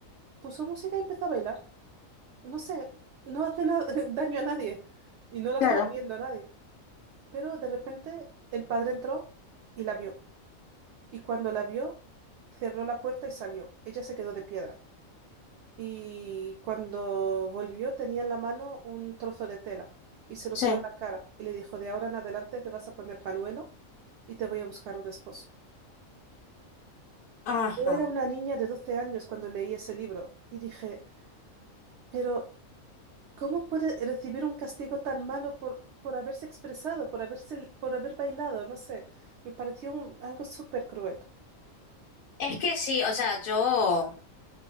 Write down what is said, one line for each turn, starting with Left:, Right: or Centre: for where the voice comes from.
Right: puso música y empezó a bailar. No sé, no hace na- <laughs> daño a nadie y no la
Left: claro,
Right: estaba viendo a nadie. Pero de repente el padre entró y la vio. Y cuando la vio, cerró la puerta y salió. Ella se quedó de piedra. Y cuando volvió tenía en la mano un trozo de tela y se lo
Left: sí.
Right: tiró en la cara y le dijo, de ahora en adelante te vas a poner panuelo y te voy a buscar un esposo.
Left: Ajá.
Right: Yo era una niña de 12 años cuando leí ese libro y dije, pero ¿Cómo puede recibir un castigo tan malo por, por haberse expresado, por haberse, por haber bailado? No sé, me pareció un- algo súper cruel.
Left: Es que sí, o sea, yo...